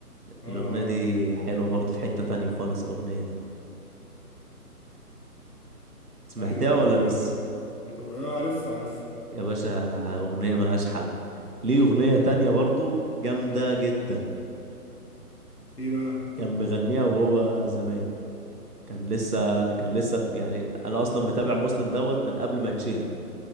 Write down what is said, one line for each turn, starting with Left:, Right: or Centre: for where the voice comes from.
Left: اه
Right: الأغنية دي حلوة برضه في حتة تانية خالص الأغنية دي سمعتها
Left: ايوه كنت
Right: ولا لسه
Left: كنت اه عارف عارف
Right: يا باشا أغنية ملهاش حل ليه أغنية تانية برضه جامدة جدا
Left: ايه بقى
Right: كان مغنيها وهو زمان كان لسه كان لسه في يعني أنا أصلا متابع مسلم دوت من قبل ما يتشهر